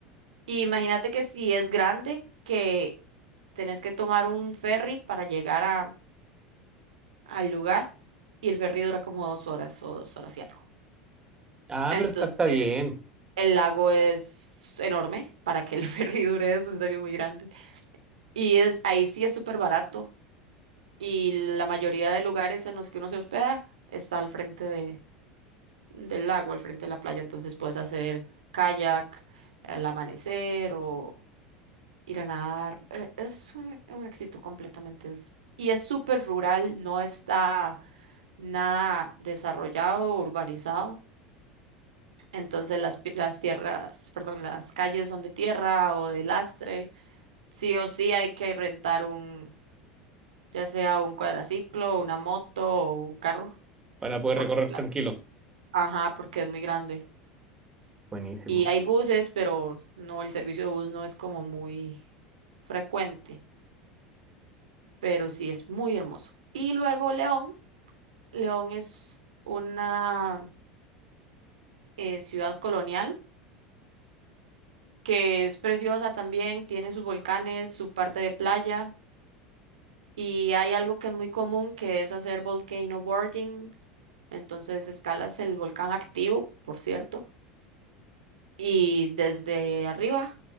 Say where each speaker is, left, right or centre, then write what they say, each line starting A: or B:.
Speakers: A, on the right; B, on the right.
A: Y imagínate que si es grande, que tenés que tomar un ferry para llegar a, al lugar y el ferry dura como dos horas o dos horas y algo.
B: Ah,
A: Entonces,
B: pero está, está bien,
A: el lago es enorme para que el <laughs> ferry dure eso, en serio es muy grande. Y es, ahí sí es súper barato. y la mayoría de lugares en los que uno se hospeda está al frente de, del lago, al frente de la playa, entonces puedes hacer kayak al amanecer o ir a nadar. Eh, Es un, un éxito completamente. Y es súper rural, no está nada desarrollado o urbanizado. Entonces las, pi- las tierras, perdón, las calles son de tierra o de lastre. Sí o sí hay que rentar un, ya sea un cuadraciclo, una moto o un carro
B: para poder
A: porque,
B: recorrer
A: la-
B: tranquilo.
A: ajá, porque es muy grande.
B: Buenísimo.
A: Y hay
B: <laughs>
A: buses, pero no, el servicio de bus no es como muy frecuente, pero sí es muy hermoso. Y luego León, León es una eh, ciudad colonial que es preciosa también, tiene sus volcanes, su parte de playa y hay algo que es muy común que es hacer volcano boarding, entonces escalas el volcán activo, por cierto, y desde arriba